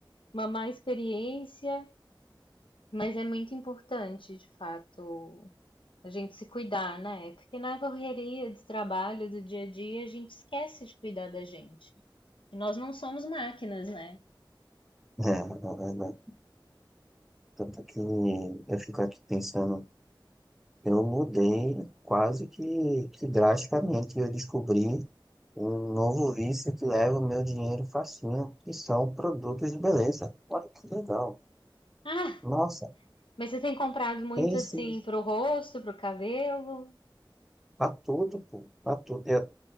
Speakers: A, on the left; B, in the centre.
A: uma má experiência, mas é muito importante, de fato, a gente se cuidar, né? Porque na correria de trabalho, do dia a dia, a gente esquece de cuidar da gente. E nós não somos máquinas, né?
B: É, é verdade. Tanto que eu fico aqui pensando, eu mudei quase que, que drasticamente, eu descobri um novo vício que leva o meu dinheiro facinho, que são produtos de beleza. Olha que legal.
A: Ah,
B: Nossa,
A: Mas você tem comprado muito
B: tem sim,
A: assim pro rosto, pro cabelo?
B: pra tudo, pô, pra tudo. Eu,